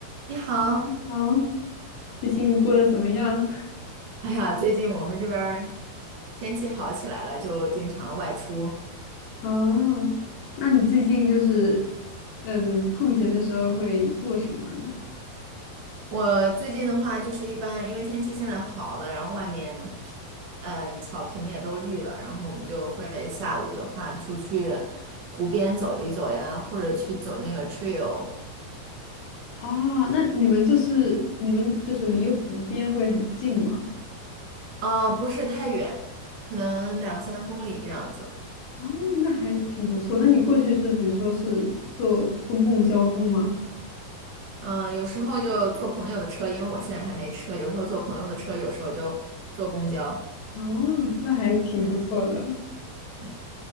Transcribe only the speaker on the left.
好，最近过得怎么样？
<laughs> 哦，那你最近就是，呃，空闲的时候会做什么呢？
哦，那你们就是你们就是离湖边会很近吗？
哦，那还挺不错。那你过去是比如说是坐公共交通吗？
哦，那还挺不错的。